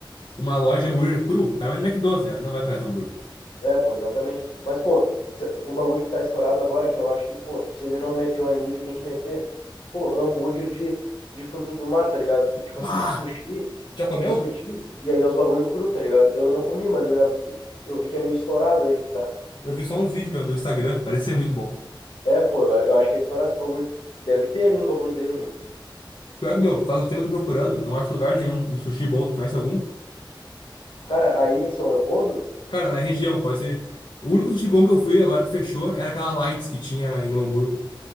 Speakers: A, on the left (about 60°); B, on the left (about 80°).
A: uma loja de hambúrguer cru, o cara vai no McDonald's, tá ligado? Ele Não vai pegar teu hambúrguer.
B: É, pô, exatamente. Mas, pô, se- um bagulho que tá estourado agora, que eu acho que, pô, se ele não meteu ainda, ele tem que meter. Pô, hambúrguer de, de fruto do mar, tá ligado? Tipo
A: Bah!
B: assim, de sushi,
A: Já comeu?
B: de sushi, e aí é os bagulho cru, tá ligado? Eu não comi, mas eu já vi que, eu vi que é meio estourado aí que tá.
A: Eu vi só uns vídeos, meu, no Instagram, parecia muito bom.
B: É, pô, eu, eu acho que é estourado esse bagulho. Deve ter ali no bagulho dele, meu.
A: Pior que, meu, faz um tempo que eu tô procurando, não acho lugar nenhum. Um sushi bom, tu conhece algum?
B: Cara, aí em São Leopoldo,
A: Cara, na região, pode ser. O único sushi bom que eu fui agora que fechou era aquela Lights que tinha em Novo Hamburgo,